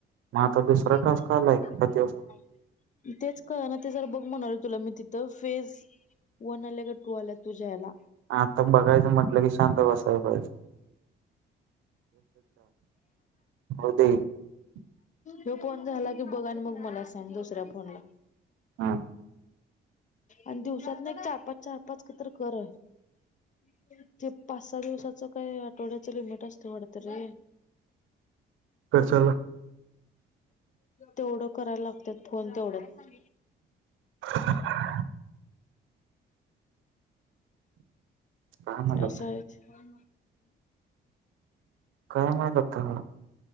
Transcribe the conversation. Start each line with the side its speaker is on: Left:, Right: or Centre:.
Right: आता दुसरा
Left: कठ एक
Right: टास्क
Left: मिनट
Right: आलाय किती
Left: दाखव?
Right: वाजता
Left: <unintelligible> तेच कळना ना ते जरा बघ म्हणाले तुला मी तिथ फेज वन अल की टू अला तूझायला?
Right: आता बघायच म्हटलं की शांत बसायला पाहिजे. <unintelligible>
Left: ह फोन झाला कि बघ आणि मग मला सांग दुसऱ्या फोन ला
Right: हा
Left: आणि दिवसात नाही चार पाच चार पाच क तर कर ते पाच सहा दिवसाच काय आठवड्याच लिमिट असतं वाट रे
Right: कशाला
Left: तेवढं करायला लागतात फोन तेवढं
Right: <inaudible> काय म्हणत
Left: असस हमम
Right: काय माहित आता